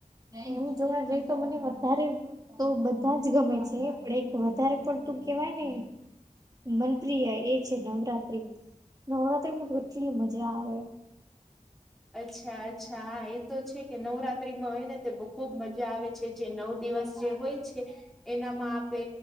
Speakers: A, on the right (about 30°); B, in the centre.
A: એમ જોવા જઈ તો મને વધારે તો બધાં જ ગમે છે પણ એક વધારે પડતું કેવાય ને મનપિય એ છે નવરાત્રી, નવરાત્રીમાં તો કેટલી મજા આવે.
B: અચ્છા અચ્છા હા એ તો છે કે નવરાત્રીમાં હોય ને ખૂબ મજા આવે છે. જે નવ દિવસ જે હોય છે એનામાં આપે